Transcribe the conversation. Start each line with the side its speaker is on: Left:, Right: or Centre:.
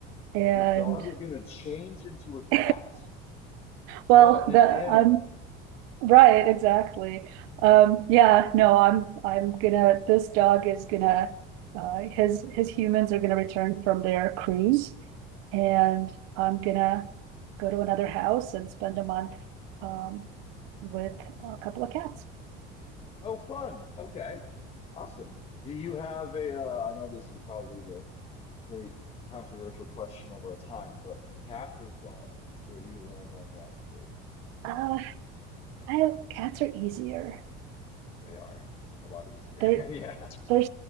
Right: And
Left: The dog is going to change into
Right: <laughs>
Left: a cat. What
Right: well,
Left: an
Right: the
Left: animal.
Right: I'm Right, exactly. Um, yeah, no, I'm I'm gonna this dog is gonna uh his his humans are gonna return from their cruise and I'm gonna go to another house and spend a month um with a couple of cats.
Left: Oh, fun. Okay. Awesome. Do you have a, uh, I know this is probably the great controversial question of our time, but cat or dog? Where do you land on that debate?
Right: Uh I cats are easier.
Left: They are a lot easier.
Right: They're
Left: <laughs> Yeah,
Right: they're